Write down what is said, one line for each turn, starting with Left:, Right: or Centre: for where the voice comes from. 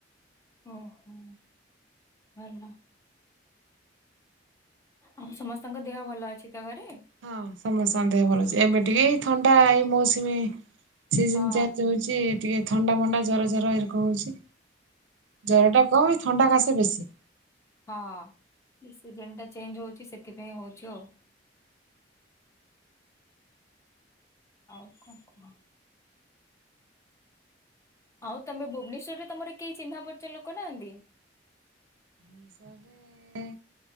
Left: ଓହୋ ଭଲ। ଆଉ ସମସ୍ତଙ୍କ ଦେହ ଭଲ ଅଛି ତ ଘରେ?
Right: ହଁ ସମସ୍ତଙ୍କ ଦେହ ଭଲ ଅଛି। ଏବେ ଟିକେ ଏଇ ଥଣ୍ଡା ଏଇ ମୌସୁମ ସିଯିନି
Left: ହଁ
Right: ଚେଞ୍ଜ ହଉଛି ଟିକେ ଥଣ୍ଡା ମଣ୍ଡା ଜର ଜର ଏ ରକମ ହଉଛି। ଜ୍ୱର ଟା କମ
Left: ହଁ।
Right: ଏ ଥଣ୍ଡା କାସ ବେଶୀ।
Left: ହଁ ସିଜନ ଟା ଚେଞ୍ଜ ହଉଛି ସେଥିପାଇଁ ହଉଛି ଆଉ। ଆଉ କଣ କୁହ? ଆଉ ତମେ ଭୁବନେଶ୍ୱରରେ ତମର କେହି ଚିହ୍ନା ପରିଚ ଲୋକ ନାହାନ୍ତି?
Right: ଘରେ